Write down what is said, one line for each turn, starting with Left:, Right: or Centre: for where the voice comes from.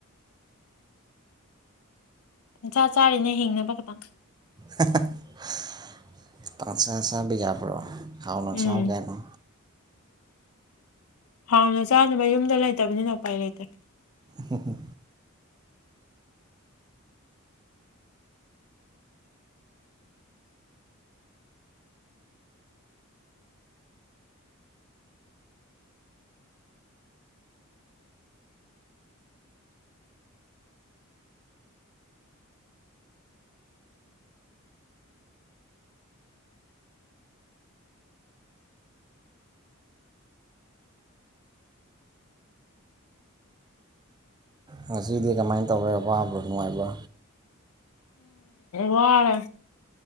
Left: ꯏ ꯆꯆꯥ ꯆꯥꯔꯤꯅ ꯍꯤꯡꯅꯕ ꯈꯤꯇꯪ
Right: <unintelligible> ꯄꯥꯛ ꯁꯁ ꯖꯥ ꯄꯔꯛ ꯍꯥꯎꯅ
Left: ꯎꯝ
Right: ꯆꯥꯎꯥꯎ ꯀꯥꯏꯅꯣ
Left: ꯍꯥꯎꯅ ꯆꯥꯅꯕ ꯌꯨꯝꯗ ꯂꯩꯇꯕꯅꯤꯅ ꯎꯄꯥꯏ ꯂꯩꯇ꯭ꯔꯦ
Right: ꯍ ꯍꯣ ꯉꯁꯤꯗꯤ ꯀꯃꯥꯏꯅ ꯇꯧꯔꯦ ꯋꯥꯕ ꯅꯨꯡꯉꯥꯏꯕ꯭ꯔꯥ
Left: ꯋꯥꯔ